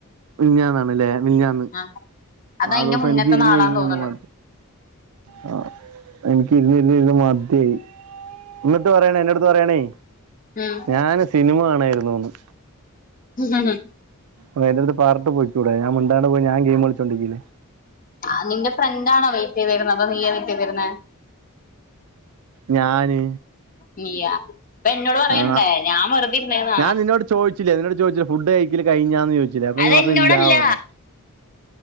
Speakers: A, on the right; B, on the left.
A: മിഞ്ഞാന്നാണ് ല്ലേ മിഞ്ഞാന്ന്
B: ആഹ് അതയിന്റെ
A: ആ ദിവസം
B: മുന്നത്തെ
A: എനിക്ക് ഇരുന്നിര്ന്ന്
B: നാളാന്ന് തോന്നണ്
A: മ ആ എനിക്ക് ഇരുന്നിര്ന്നിര്ന്ന് മദ്യായി ന്ന്ട്ട് പറയണ എന്റട്ത്ത് പറയണേ
B: ഉം
A: ഞാന് സിനിമ കാണായിരുന്നൂന്ന്.
B: ഹ്ഹ്
A: അ എന്റെടുത്ത് പാറഞ്ഞിട്ട് പോയിക്കൂടെ ഞാൻ മിണ്ടാണ്ടെ പോയി ഞാൻ ഗെയിം കളിച്ചോണ്ടീരിക്കൂലെ.
B: ആ നിന്റെ ഫ്രണ്ടാണോ വെയിറ്റീതിരുന്നത് അതോ നീയാ വെയിറ്റീതിരുന്നെ.
A: ഞാന്
B: നീയാ? അപ്പൊ എന്നോട് പറയണ്ടേ
A: ആ
B: ഞാൻ വെറുതെ ഇരുന്നേന്നാ
A: ഞാൻ നിന്നോട് ചോദിച്ചിലെ നിന്നോട് ചോദിച്ചിലെ ഫുഡ് കഴിക്കല് കഴിഞ്ഞാന്ന് ചോദി ച്ലെ അപ്പോ
B: അതെന്നോടല്ല
A: നീ പറഞ്ഞു ഇല്ലാ പറഞ്ഞു.